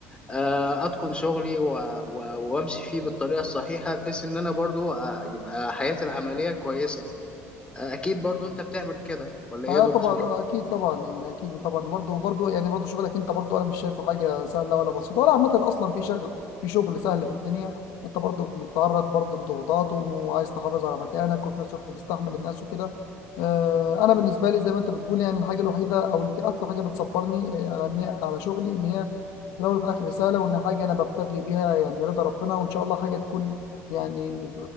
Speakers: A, on the left; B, on the left.
A: آه، اتقن شغلي و- و- وامشي فيه بالطريقه الصحيحه بحيث ان انا برضو آه، يبقى حياتي العمليه كويسه آه، اكيد برضو انت بتعمل كده ولا ايه
B: اه
A: يا دكتور
B: طبعا آه، اكيد طبعا يعني اكيد طبعا برضه برضه يعني برضه شغلك انت برضه انا مش شايفه حاجه سهله ولا بسيطه ولا عامه اصلا في شغل في شغل سهل في الدنيا انت برضه بتتعرض برضه لضغوطات وعايز تحافظ على مكانك وفي نفس الوقت بتستحمل الناس وكده آه انا بالنسبه لي زي ما انت بتقول يعني الحاجه الوحيده او يمكن اكتر حاجه بتصبرني آه، على إن- على شغلي ان هي في الاول وفي الاخر رساله وان حاجه انا ببتغي بيها يعني رضا ربنا وان شاء الله حاجه تكون يعني